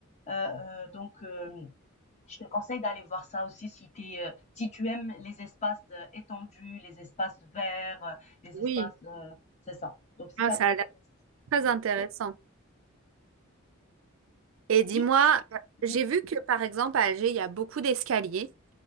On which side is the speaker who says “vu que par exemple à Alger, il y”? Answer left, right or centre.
Right